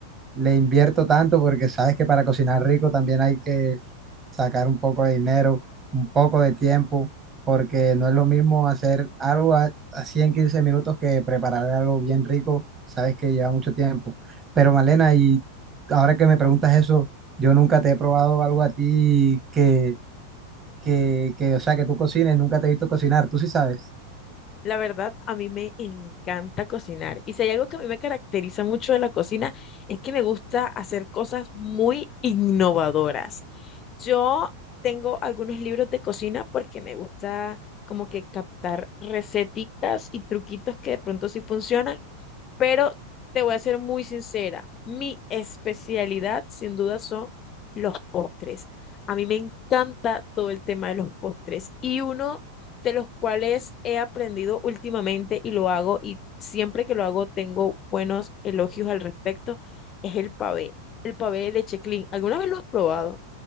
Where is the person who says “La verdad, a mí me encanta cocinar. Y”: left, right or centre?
Left